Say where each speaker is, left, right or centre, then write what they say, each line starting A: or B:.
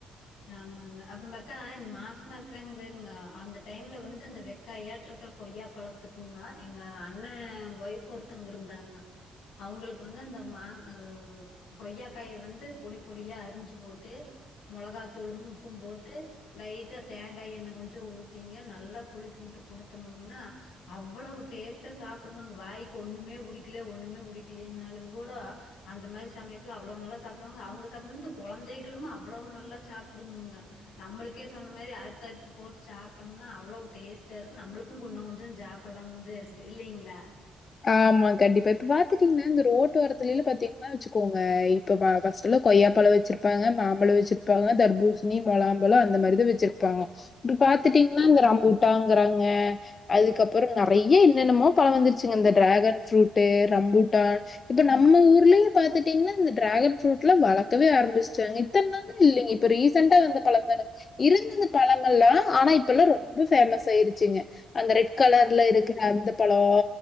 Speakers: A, on the left; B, on the left.
A: ஆமாங்க அப்பன்னு பாத்தா இந்த மாசமா இருக்குறாங்க பாருங்க அந்த டைம்ல வந்து அந்த வெக்காயாட்டு இருக்குற கொய்யா பழத்துக்குங்க எங்க அண்ணே ஒய்ஃப் ஒருத்தங்க இருந்தாங்க அவங்களுக்கு வந்து அந்த மாங் ஹ கொய்யாக்காய வந்து பொடி பொடியா அரிஞ்சு போட்டு மொளகாத் தூளும் உப்பும் போட்டு லைட்டா தேங்காய் எண்ணெ கொஞ்சோ ஊத்திங்க நல்லா குளுக்கி வுட்டு குடுத்தம்னா அவ்வளவு டேஸ்ட்டா சாப்புடுவாங்க வாய்க்கு ஒண்ணுமே புடிக்கில ஒண்ணுமே புடிக்கிலேனாலுங் கூடோ அந்த மாரி சமயத்துல அவ்ளோ நல்லா சாப்புடுவாங்க அவங்க சாப்புன்னுது குழந்தைகளும் அவ்வளவு நல்லா சாப் புடுங்குங்க நம்மளுக்கே சொன்ன மாரி அறுத்து அறுத்து போட்டு சாப்ட்டோம்னா அவ்வளவு டேஸ்ட்டா இருக்கூ நம்பளுக்கும் குன்னோ கொஞ்சம் சாப்டலான்த இருக்கு இல்லைங்களா
B: ஆமா கண்டிப்பா இப்ப பாத்துட்டீங்கனா இந்த ரோட்டு ஓரத்துலேலா பாத்தீங்கனா வெச்சுக்கோங்க இப்ப ப பஸ்டல்லா கொய்யா பழம் வெச்சிருப்பாங்க மாம்பழே வெச்சிருப்பாங்க தர்பூசணி முளாம்பழம் அந்த மாரிதா வெச்சிருப்பாங்க இப்ப பாத்துட்டீங்கன்னா இந்த ரம்பூட்டாங்கிறாங்க அதுக்கப்புறோ நறைய என்னென்னமோ பழம் வந்துருச் சுங்க இந்த டிராகன் ஃப்ரூட்டு ரம்பூட்டான் இப்ப நம்ம ஊர்லயே பாத்துட்டீங்கனா இந்த டிராகன் ஃப்ரூட்லா வளக்கவே ஆரம்பிஸ்டாங்க இத்தன் நாளும் இல்லைங்க இப்ப ரீசண்டா வந்த பழம்தான இருந்துது பழமெல்லா ஆனா இப்பல்லா ரொம்ப ஃபேமஸ் ஆயிருச்சுங்க அந்த ரெட் கலர்ல இருக்குற அந்த பழோ